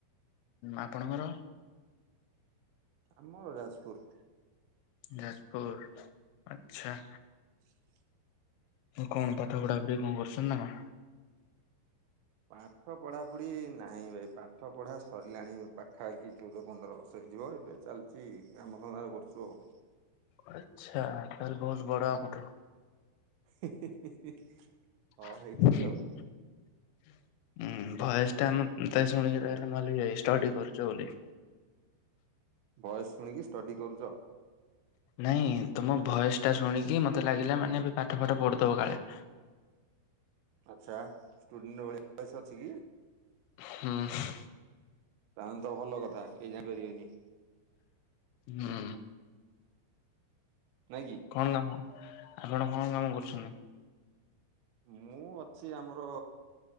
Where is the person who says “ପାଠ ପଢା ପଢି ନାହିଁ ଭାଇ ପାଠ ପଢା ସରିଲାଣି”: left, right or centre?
Right